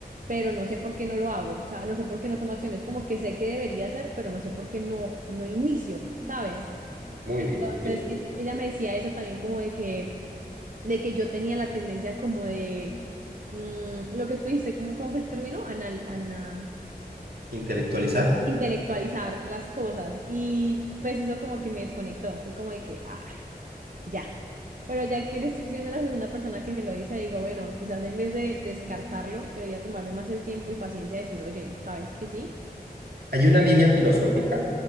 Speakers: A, on the right; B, on the right.
A: pero no sé por qué no lo hago, o sea, no sé por qué no tomo acciones, como que sé que debería hacer, pero no sé por qué no, no inicio, ¿sabes?
B: Muy
A: Entonces,
B: bien. Eh,
A: e- ella me decía eso también como de que de que yo tenía la tendencia como de mm, lo que tú dijiste, ¿cómo, cómo fue el término? Anal, ana,
B: Intelectualizar.
A: intelectualizar las cosas. Y pues eso como que me desconectó. Fue como de que, ah, ya. Pero ya que eres si, siendo la segunda persona que me lo dice, digo, bueno, quizás en vez de descartarlo, debería tomarme más el tiempo y paciencia de decir, oye, ¿sabes qué sí?
B: Hay una línea filosófica